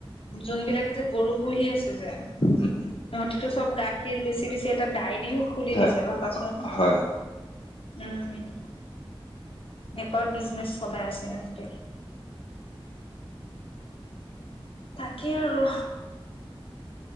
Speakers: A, on the left (about 70°); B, on the left (about 80°).
A: যোনবিলাকে যে গৰু পুহি আছে যে
B: উম,
A: সহতিটো চব গাখীৰ বেছি বেছি এটা দাইৰি ও খুলি
B: হয়
A: দিছে ভাবাচোন।
B: হয়
A: উম এনেকোৱা বিজনেচ চলাই আছে ইহঁতে। তাকেই আৰু